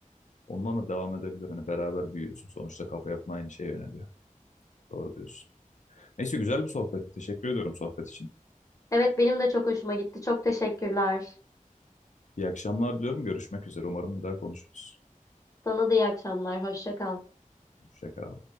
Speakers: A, on the left (about 60°); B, on the left (about 25°).
A: ondan da devam edebilir. Hani beraber büyüyorsun. Sonuçta kafa yapın aynı şeye yöneliyor. Doğru diyorsun. Neyse güzel bir sohbetti. Teşekkür ediyorum sohbet için.
B: Evet benim de çok hoşuma gitti. Çok teşekkürler.
A: İyi akşamlar diliyorum. Görüşmek üzere. Umarım bir daha konuşuruz.
B: Sana da iyi akşamlar. Hoşça kal.
A: Hoşça kal.